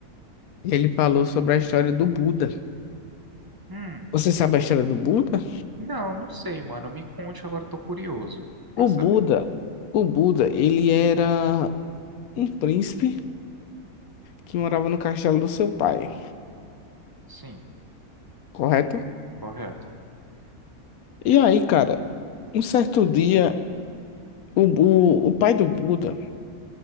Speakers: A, on the left (about 75°); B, on the right (about 20°).
A: ele falou sobre a história do Buda.
B: Hum.
A: Você sabe a história do Buda?
B: Não, não sei, mano. Me conte que agora eu tô curioso pra
A: O
B: saber.
A: Buda, o Buda, ele era um príncipe que morava no castelo do seu pai,
B: Sim,
A: correto?
B: correto.
A: E aí, cara, um certo dia, o, o, o pai do Buda